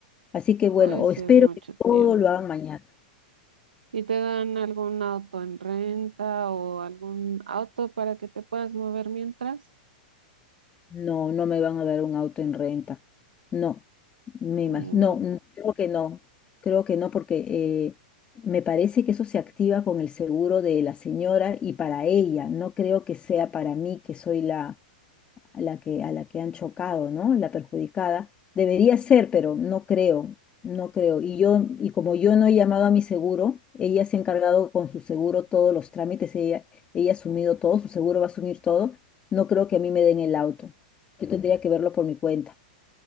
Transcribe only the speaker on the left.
Así que
bueno, o
espero
que
todo lo hagan mañana.
No, no me van a dar un auto en renta. No, me
imagino, no, mm, creo que no, creo que no, porque eh, me parece que eso se activa con el seguro de la señora y para ella, no creo que sea para mí, que soy la, a la que, a la que han chocado, ¿no? La perjudicada. Debería ser, pero no creo, no creo. Y yo, y como yo no he llamado a mi seguro, ella se ha encargado con su seguro todos los trámites, ella, ella ha asumido todo, su seguro va a asumir todo, no creo que a mí me den el auto. Yo Mm. tendría que verlo por mi cuenta.